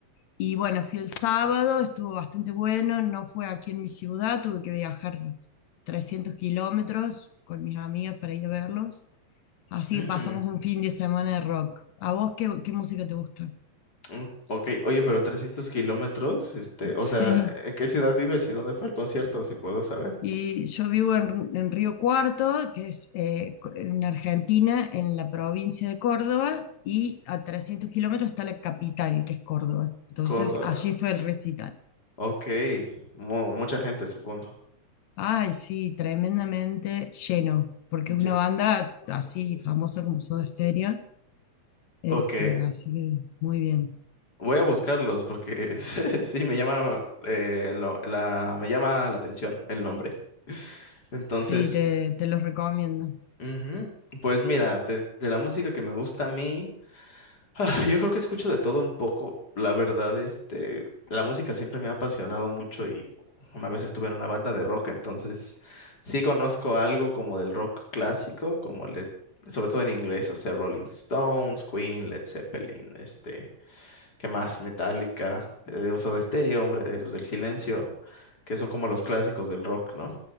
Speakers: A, on the left; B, on the left.
A: Y bueno, fui el sábado, estuvo bastante bueno, no fue aquí en mi ciudad, tuve que viajar 300 kilómetros con mis amigas para ir a verlos. Así
B: Mm.
A: que pasamos un fin de semana de rock. ¿A vos qué, qué música te gusta?
B: Mm, Ok, oye, pero 300 kilómetros, este,
A: <laughs>
B: o
A: Sí.
B: sea, ¿en qué ciudad vives y dónde fue el concierto, si puedo saber?
A: Y yo vivo en, en Río Cuarto, que es eh, co- en Argentina, en la provincia de Córdoba, y a 300 kilómetros está la capital, que es Córdoba. Entonces,
B: Córdoba.
A: allí fue el recital.
B: Ok, mu- mucha gente, supongo.
A: Ay, sí, tremendamente lleno, porque
B: Ya,
A: es una banda así famosa como Soda Stereo, este,
B: Ok,
A: así que muy bien.
B: voy a buscarlos porque <laughs> sí, me llama, eh, lo- la, me llama la atención el nombre. Entonces,
A: Sí, te, te los recomiendo.
B: ujú, Pues mira, de, de la música que me gusta a mí, Ah, Yo creo que escucho de todo un poco. La verdad, este, la música siempre me ha apasionado mucho y una vez estuve en una banda de rock, entonces sí conozco algo como del rock clásico, como le, sobre todo en inglés, o sea, Rolling Stones, Queen, Led Zeppelin, este, ¿qué más? Metallica, eh, Uso de Stereo, hombre, Héroes del Silencio, que son como los clásicos del rock, ¿no?